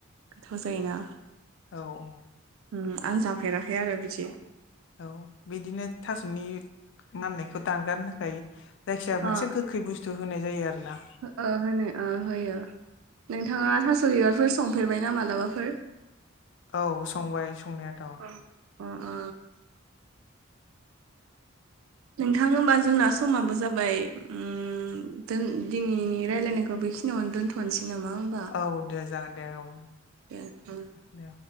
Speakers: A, on the right (about 80°); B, on the left (about 60°).
A: गोथाव जायोना
B: औ औ।
A: ओं आं जाफेराखै आरो बिदि
B: औ बिदिनो थास'नि माननायखौ दानगारनो थाखाय जायखिजाया मोनसे
A: अ
B: गोखै बुस्थु होनाय जायो आरो ना
A: ओ होनो ओ होयो नोंथाङा थास' बिबारफोर संफेरबायना मालाबाफोर?
B: औ संबाय संनायाथ'।
A: अ अ नोंथां होमबा जोंना समाबो जाबाय उम दोन दिनैनि रायलायनायखौ बेखिनियावनो दोन्थ'नोसै नामा
B: औ दे जागोन दे औ
A: दे ओ
B: दे।